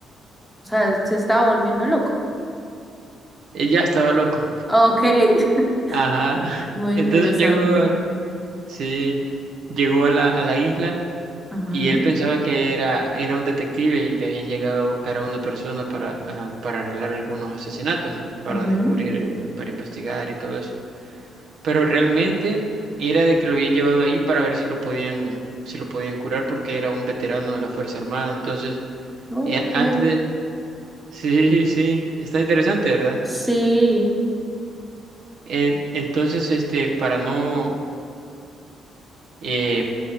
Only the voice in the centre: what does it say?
O sea, se está volviendo loco.
Ok, <laughs>
muy
interesante.
Ajá,
ujú,
ok,
sí,